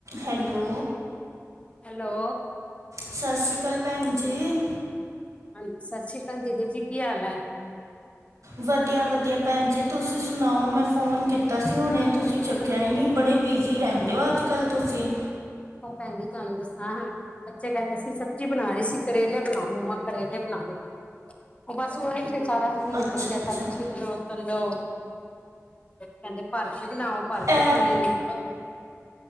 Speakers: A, on the right; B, on the left.
A: ਹੈਲੋ,
B: ਹੈਲੋ,
A: ਸਸ ਰੀ ਕਾਲ ਭੈਨ ਜੀ।
B: ਹਾਂਜੀ ਸਸ ਰੀ ਕਾਲ ਦੀਦੀ ਜੀ ਕੀ ਹਾਲ ਐ।
A: ਵਦੀਆ-ਵਦੀਆ ਭੈਨ ਜੀ ਤੁਸੀਂ ਸੁਨਾਓ ਮੈਂ ਫੋਨ ਕੀਤਾ ਸੀ ਹੁਨੇ ਤੁਸੀਂ ਚੱਕ ਕਿਆ ਈ ਨੀ ਬੜੇ ਬਿਜ਼ੀ ਰੈਂਦੇ ਓ ਅੱਜ-ਕੱਲ੍ਹ ਤੁਸੀਂ
B: ਓ ਭੈਨ ਜੀ ਤਾਨੂੰ ਦੱਸਾਂ। ਬੱਚੇ ਕੈਂਦੇ ਸੀ ਸਬਜ਼ੀ ਬਨਾ ਰਈ ਸੀ, ਕਰੇਲੇ ਬਨਾਵੋ ਮੰਮਾ ਕਰੇਲੇ ਬਨਾਵੋ। ਓ ਬਸ ਓਹੀ ਸਾਰਾ ਸ ਦਿਨ ਈ ਨਿਕਲ
A: ਅੱਛਾ
B: ਗੇਆ
A: ਅੱਛਾ
B: ਪੈਲੇ ਛਿਲੋ ਤਲੋ ਕੈਂਦੇ ਭਰ ਕੇ ਬਨਾਓ, ਭਰ ਕੇ
A: ਇਹ
B: ਖਾਨੇ ਨੇ।